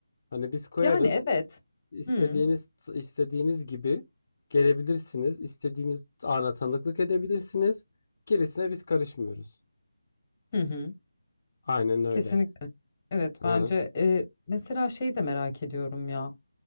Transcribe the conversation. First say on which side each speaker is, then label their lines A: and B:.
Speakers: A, on the left; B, on the left.
A: Hani biz koyarız.
B: Yani evet.
A: i- istediğiniz
B: Hı
A: istediğiniz gibi gelebilirsiniz. İstediğiniz ana tanıklık edebilirsiniz. Gerisine biz karışmıyoruz.
B: hı hı.
A: Aynen öyle.
B: Kesinlikle evet
A: Hı
B: bence
A: hı.
B: e, mesela şey de merak ediyorum ya.